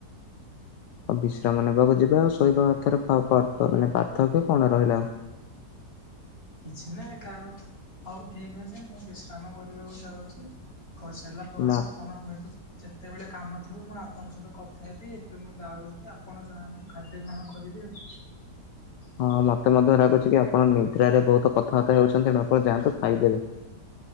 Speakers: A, on the left (about 80°); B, on the left (about 70°).
A: ଆଉ ବିଶ୍ରାମ ନେବାକୁ ଯିବେ ଆଉ ଶୋଇବା ଅର୍ଥରେ ପା ପା ମାନେ ପାର୍ଥକ୍ୟ କଣ ରହିଲା ଆଉ।
B: କିଛି ନାହିଁ ଏକା କଥା ହଉ ଠିକ୍ ଅଛି ମୁଁ ବିଶ୍ରାମ କରିବାକୁ ଯାଉଛି କରିସାରିଲା ପରେ
A: ମ
B: ଆପଣ ହଇତ ଯେତେବେଳେ କାମ ଥିବ ମୁଁ ଆପଣଙ୍କ ସହିତ କଥା ହେବି ଏବେ ମୁଁ ଯାଉଛି ଆପଣ ଯାନ୍ତୁ ଖାଦ୍ୟ ଗ୍ରହଣ କରିବେ ଆଉ।
A: ହଁ ମତେ ମଧ୍ୟ ଲାଗୁଛି କି ଆପଣ ନିଦ୍ରାରେ ବହୁତ କଥାବାର୍ତା ହେଉଛନ୍ତି ତେଣୁ ଆପଣ ଯାଆନ୍ତୁ ଖାଇଦେବେ।